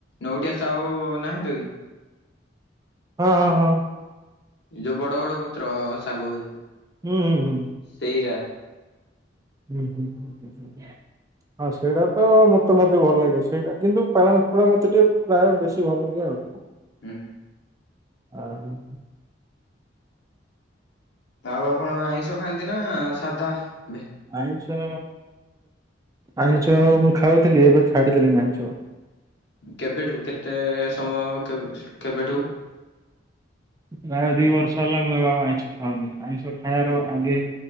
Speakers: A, on the left (about 65°); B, on the right (about 20°).
A: ନେଉଟିଆ ସାଉ ନାହାନ୍ତିକି?
B: ହଁ ହଁ ହଁ।
A: ଯୋଉ ବଡ଼ବଡ଼ ପତ୍ର ଶାଗ ହୁଏ।
B: ହୁଁ ହୁଁ ହୁଁ।
A: ସେଇରା।
B: ହୁଁ ହୁଁ ହୁଁ ହୁଁ ହୁଁ ହୁଁ। ହଁ ସେଇଟା ତ ମତେ ମଧ୍ୟ ଭଲ ଲାଗେ। ସେଇଟା କିନ୍ତୁ ପାଳଙ୍ଗ ଫାଳଙ୍ଗ ମତେ ଟିକେ ପ୍ରାୟ ବେଶୀ ଭଲ ଲାଗେ ଆଉ।
A: ହୁଁ ହୁଁ।
B: ଓହୋ।
A: ଆଉ ଆପଣ ଆଇଁଷ ଖାଆନ୍ତି ନା ସାଧା ଏବେ?
B: ଆଇଁଷ ଆଇଁଷ ମୁଁ ଖାଉଥିଲି ଏବେ ଛାଡିଦେଲିଣିି ଆଇଁଷ।
A: କେବେଠୁ କେତେ ସମୟ ହଉ କେ କେବେଠୁ?
B: ପ୍ପ୍ରାୟ ଦି ବର୍ଷ ହେଲା ମୁ ଏବେ ଆଉ ଆଇଁଷ ଖାଉନି। ଆଇଁଷ ଖାଇବାର
A: ହୁଁ
B: ଆଗେ